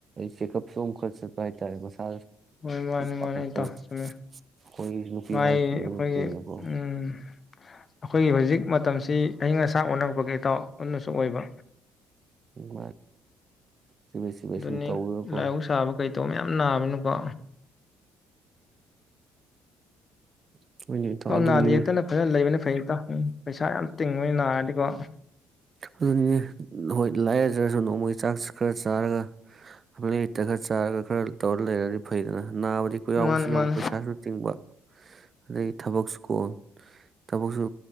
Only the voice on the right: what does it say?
ꯆꯦꯛꯑꯞꯁꯨ ꯈꯔ ꯆꯠꯄ ꯍꯥꯏꯇꯥꯔꯦ ꯃꯁꯥ
ꯄꯥꯈꯠꯇꯅ
ꯈꯣꯏꯒꯤ ꯅꯨꯄꯤ
ꯑꯉꯥꯡ ꯊꯤꯕ
ꯅꯠꯇ꯭ꯔꯤꯅꯀꯣ
ꯃꯥ ꯆꯤꯕꯦꯠ ꯆꯤꯕꯦꯠ
ꯁꯨꯝ ꯇꯧꯔꯒꯀꯣ
ꯎꯝ ꯍꯣꯏꯅꯦ ꯏꯇꯥꯎ
ꯑꯗꯨꯅꯤꯅꯦ
ꯑꯗꯨꯅꯤꯅꯦ ꯍꯣꯏ ꯂꯥꯏꯔꯖ꯭ꯔꯁꯨ ꯅꯣꯡꯃꯒꯤ ꯆꯥꯛꯁꯨ ꯈꯔ ꯆꯥꯔꯒ ꯑꯔꯩ ꯂꯩꯇ ꯈꯔ ꯆꯥꯔꯒ ꯈꯔ ꯇꯧꯔ ꯂꯩꯔꯗꯤ ꯐꯩꯗꯅ ꯅꯥꯕꯗꯤ ꯑꯈꯣꯏ ꯌꯥꯎꯕꯁꯤꯅ
ꯑꯃꯨꯛ ꯄꯩꯁꯥꯁꯨ ꯇꯤꯡꯕ ꯑꯗꯗꯒꯤ ꯊꯕꯛꯁꯨ ꯀꯣꯟ ꯊꯕꯛꯁꯨ